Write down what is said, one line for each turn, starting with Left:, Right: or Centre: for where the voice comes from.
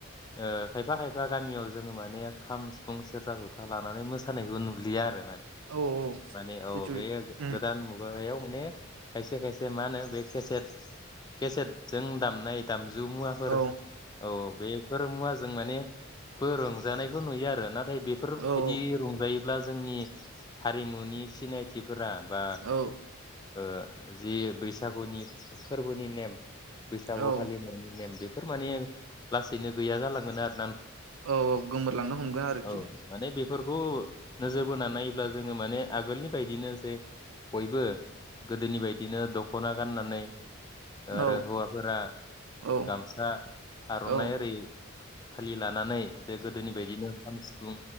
Left: ओ खायफा खायफा गामियाव जोङो माने खाम सिफुं सेरजा जथा लानानै मोसानायखौ नुलिया आरो।
Right: औ
Left: माने औ
Right: जिथु
Left: बे
Right: उम
Left: गोदान मुगा बेयाव माने खायसे खायसे मा होनो बे केसेद केसेदजों दामनाय दाम‌ ज मुवाफोर
Right: औ
Left: औ औ बेफोर मुवाजो जों माने बो रंजानायखौ नुयो आरोना। ओमफ्राय बेफोरबायदि
Right: औ
Left: रंजायो। -ब्ला जोंनि हारिमुनि सिनायथिफोरा। बा
Right: औ
Left: ओ जि बैसागुनि फोरबोनि नेम बैसागु
Right: औ
Left: फालिनायनि नेम बे बेफोर माने लासैनो गैया जालांगोन आरो।
Right: औ औ गोमोरलांनो हमगोन आरोखि।
Left: औ माने बेफोरखौ नोजोर बोनानै नायोब्ला जोङो माने आगोलनि बायदिनो जे बयबो गोदोनि बायदिनो दख'ना गाननानै। आरो
Right: औ
Left: हौवाफोरा
Right: औ
Left: गामसा आर'नाइ
Right: औ
Left: ओरै फालि लानानै बे गोदोनि बायदिनो। -बुं